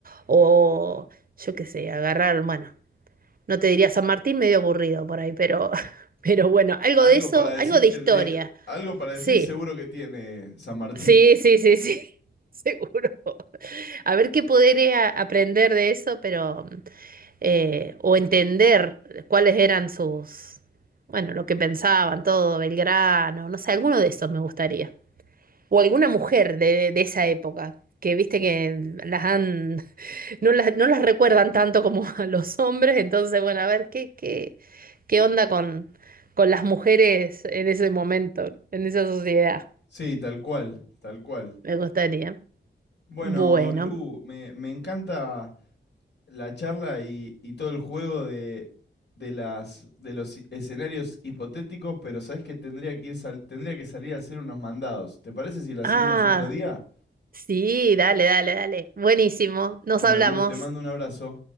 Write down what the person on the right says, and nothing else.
o yo qué sé, agarrar, bueno, no te diría San Martín, medio aburrido por ahí, pero, <laughs> pero bueno, algo
de eso,
algo de
historia.
Sí,
sí, sí, sí, sí, <laughs> seguro. A ver qué podría aprender de eso, pero eh, o entender cuáles eran sus, bueno, lo que pensaban, todo, Belgrano, no sé, alguno de esos me gustaría. O alguna mujer de, de esa época, que viste que las han, <laughs> no las, no las recuerdan tanto como a los hombres, entonces, bueno, a ver qué, qué, qué onda con, con las mujeres en ese momento, en esa sociedad,
me gustaría.
Bueno.
Ah,
sí, dale, dale, dale. Buenísimo. Nos
hablamos.